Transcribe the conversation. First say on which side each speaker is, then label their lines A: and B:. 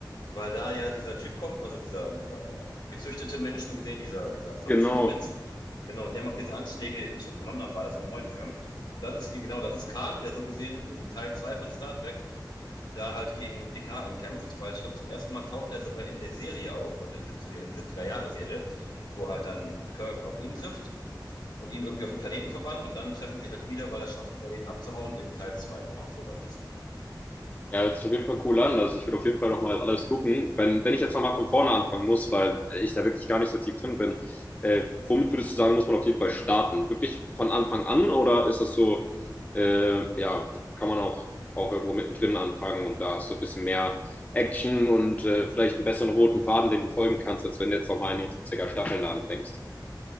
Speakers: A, on the left; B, on the left.
A: weil da ja dieser Typ kommt, also dieser, dieser gezüchtete Mensch, so gesehen, dieser, dieser verbesserte
B: Genau.
A: Mensch, genau, und der macht diese Anschläge, ich glaube in London war das im neuen Film. Und das ist, genau, das ist Khan, der so gesehen in Teil 2 von Star Trek da halt gegen Picard ankämpft, weil ich glaube, zum ersten Mal taucht er sogar in der Serie auf, also in, der 70er-Jahre-Serie, wo halt dann Kirk auf ihn trifft und ihn irgendwie auf den Planeten verbannt und dann treffen sie sich halt wieder, weil er schafft, den Planeten abzuhauen in Teil 2, genau, so läuft das.
B: Ja, hört sich auf jeden Fall cool an. Also ich würde auf jeden Fall nochmal alles gucken. Wenn, wenn ich jetzt nochmal von vorne anfangen muss, weil ich da wirklich gar nicht so tief drin bin, äh, womit würdest du sagen, muss man auf jeden Fall starten? Wirklich von Anfang an oder ist das so, äh, ja, kann man auch, auch irgendwo mittendrin anfangen und da hast du ein bisschen mehr Action und äh, vielleicht einen besseren roten Faden, den du folgen kannst, als wenn du jetzt nochmal in die 70er Staffeln da anfängst?